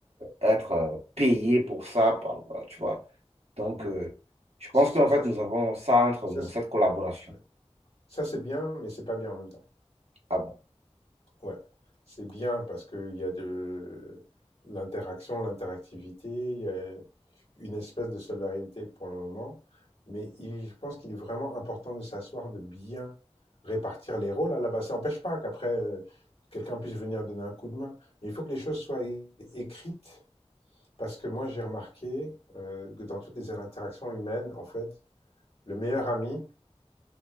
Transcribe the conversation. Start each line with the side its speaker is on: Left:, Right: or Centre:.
Right: être euh, payé pour ça, par- euh, tu vois. Donc,
Left: Mhm.
Right: euh, je pense
Left: C'est-
Right: qu'en
Left: Ça,
Right: fait,
Left: c'est-
Right: nous avons ça entre
Left: ça,
Right: nous,
Left: c'est
Right: cette collaboration.
Left: ouais. ça, c'est bien, mais c'est pas bien en même temps.
Right: Ah bon.
Left: Ouais, c'est bien parce qu'il y a de l'interaction, l'interactivité, il y a une espèce de solidarité pour le moment, mais il- je pense qu'il est vraiment important de s'asseoir, de bien répartir les rôles à la base. Ça n'empêche pas qu'après, euh, quelqu'un puisse venir donner un coup de main, mais il faut que les choses soient é- écrites parce que moi j'ai remarqué euh, que dans toutes les interactions humaines, en fait, le meilleur ami